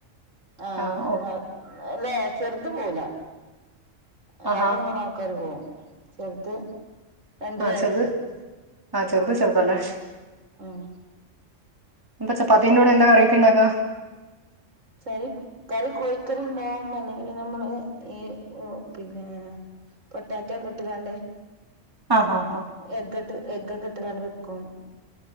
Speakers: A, on the right (about 70°); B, on the right (about 15°).
A: ആഹ്
B: ആ ഓ
A: അല്ലേ ചെറുത് പോവൂല്ല അല്ലാത്ത
B: ആഹാ
A: മൂന്നാള് ആൾക്കാരും പോവും ചെറുത് രണ്ടര
B: ആഹ്
A: വയസ്സാ
B: ചെറുത് ആഹ് ചെറുത് ചെറുതല്ലേ
A: ഉം
B: അപ്പം ചപ്പാത്തിന്റെ കൂടെ എന്താ കറിയോക്കെ ഉണ്ടാക്കാ
A: കറി കറി കോഴിക്കറി ഉണ്ടാവും അല്ലെങ്കിൽ നമ്മള് ഈ ഓ പിന്നെ പൊട്ടാറ്റോ ഒക്കെ ഇട്ട്കാണ്ട്
B: ആഹ് ആഹ് ആ
A: എഗ്ട്ട് എഗ് ഒക്കെ ഇട്ട്കാണ്ട് വെക്കും